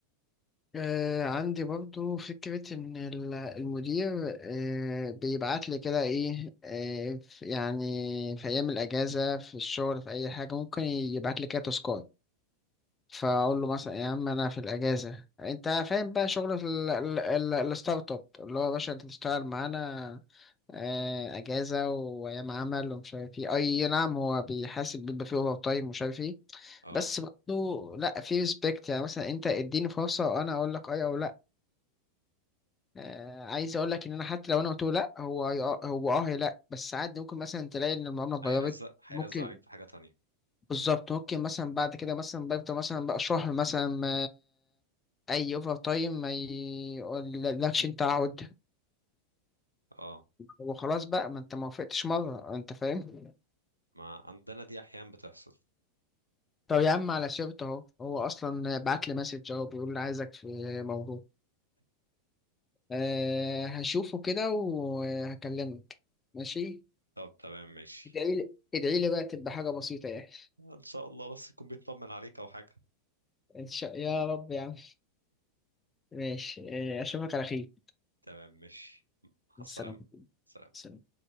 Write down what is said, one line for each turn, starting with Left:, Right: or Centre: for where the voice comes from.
Left: آه، عندي برضو فكرة إن ال- المدير آه، بيبعت لي كده إيه آه، في- يعني في أيام الأجازة في الشغل في أي حاجة ممكن يبعت لي كده تاسكات فأقول له مثلا يا عم أنا في الأجازة أنت فاهم بقى شغل ال- ال- ال- الستارت أب اللي هو يا باشا أنت تشتغل معانا آه، أجازة وأيام عمل ومش عارف إيه أي نعم هو بيحاسب بيبقى فيه أوفر تايم ومش عارف إيه
Right: اه
Left: بس برضه لا في ريسبكت يعني مثلا انت اديني فرصه وانا اقول لك اي او لا آه، عايز اقول لك ان انا حتى لو انا قلت له لا هو هي- آه، هو اه هي لا بس عادي ممكن مثلا تلاقي ان المعامله اتغيرت
Right: هيرزق هيرزق
Left: ممكن
Right: عليك في حاجة تانية
Left: بالظبط ممكن مثلا بعد كده مثلا بيفضل مثلا بقى شهر مثلا ما اي اوفر تايم ما يقولكش انت عود
Right: اه
Left: هو خلاص بقى ما انت ما وافقتش مره انت فاهم
Right: ما عندنا دي احيانا بتحصل
Left: طب يا عم على سيرته اهو هو اصلا بعت لي مسج اهو بيقول لي عايزك في موضوع أه هشوفه كده وهكلمك ماشي
Right: طب تمام ماشي
Left: ادعي لي ادعي لي بقى تبقى حاجه بسيطه يعني
Right: ان شاء الله بس يكون بيطمن عليك او حاجة
Left: ان شاء يا رب يا عم ماشي إيه،
Right: تمام
Left: اشوفك على خير
Right: تمام ماشي مع السلامة
Left: سلام
Right: سلام.
Left: سلام